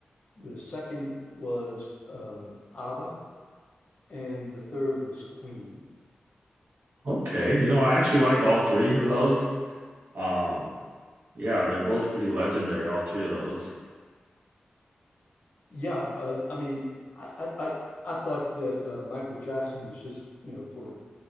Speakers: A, on the left; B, on the right.
A: the second was um, ABBA, and the third was Queen.
B: Okay, you know, I actually like all three of those. Um, yeah, they're both pretty legendary, all three of those.
A: Yeah, uh, I mean, I I I I thought that uh, Michael Jackson was just you know for